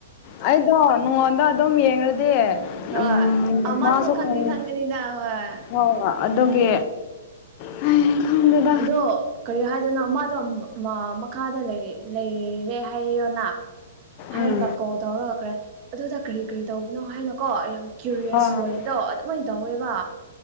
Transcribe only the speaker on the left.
ꯑꯩꯗꯣ ꯅꯉꯣꯟꯗꯣ ꯑꯗꯨꯝ ꯌꯦꯡꯔꯗꯤ
ꯎꯝ
ꯃꯥꯁꯨ
ꯈꯔ
ꯍꯣ ꯑꯗꯨꯒꯤ ꯍꯩ ꯈꯪꯗꯦꯗ
ꯎꯝ
ꯍꯣꯏ ꯍꯣꯏ